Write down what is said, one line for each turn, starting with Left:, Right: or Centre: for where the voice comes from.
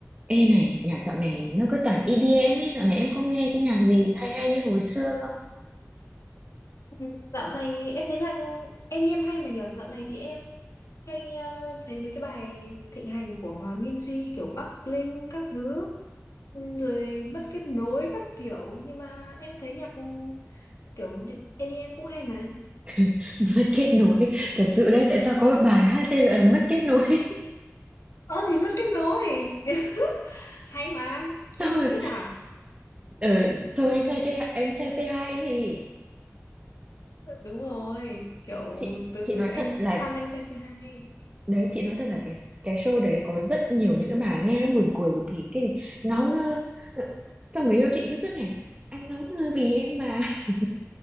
Right: Ê này, nhạc dạo này nó cứ toàn EDM ấy, dạo này em có nghe cái nhạc gì hay hay như hồi xưa không?
Left: Ừ, Dạo này em thấy nhạc i đi em hay mà nhở Dạo này thì em hay ờ, thấy mấy cái bài thịnh hành của Hòa Minzy kiểu Bắc Linh các thứ ừ, rồi mất kết nối các kiểu nhưng mà em thấy nhạc kiểu i đi em cũng hay mà
Right: <laughs> Mất kết nối, thật sự đấy, tại sao có bài hát tên là Mất kết nối? <laughs>
Left: Ờ thì mất kết nối <laughs> hay mà chị
Right: Xong
Left: không
Right: rồi,
Left: thích à?
Right: ờ, thôi anh trai, chơi- anh trai say hi gì?
Left: Đúng rồi kiểu
Right: Chị
Left: từ
Right: chị nói
Left: anh
Right: thật là,
Left: Phan Anh Trai C2
Right: đấy, chị nói thật là cái cái show đấy có rất nhiều những cái bài nghe nó buồn cười cực kỳ, cái gì, ngáo ngơ. Ờ, Xong người yêu chị cứ suốt ngày, anh ngáo ngơ vì em mà, <laughs>